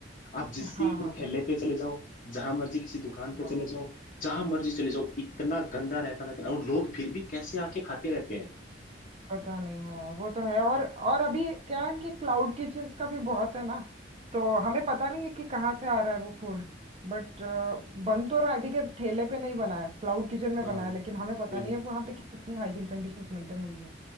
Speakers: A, on the left; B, on the right.
A: आप जिस
B: हाँ
A: भी
B: हाँ
A: वो ठेले
B: हाँ
A: पे चले जाओ जहां मर्जी किसी दुकान
B: हाँ
A: पे चले
B: हाँ
A: जाओ जहां मर्जी चले जाओ इतना गंदा रहता ना इतना और लोग फिर भी कैसे आके खाते रहते हैं
B: पता नहीं हाँ वो तो है और और अभी क्या है कि क्लाउड किचन्स का भी बहुत है ना तो हमें पता नहीं है कि कहाँ से आ रहा है वो फूड बट बन तो राटी के ठेले पे नहीं बना है क्लाउड किचन में
A: हाँ
B: बना है लेकिन हमें पता
A: हम्म।
B: नहीं है वहाँ पे कितनी हाइजीन कंडीशंस मेंटेन हुई है